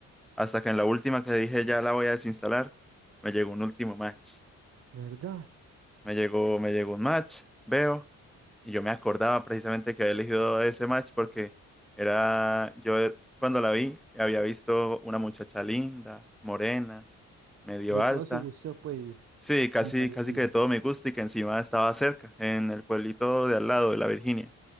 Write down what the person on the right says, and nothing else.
¿Verdad?
De
todo su gusto, pues,
linda, linda.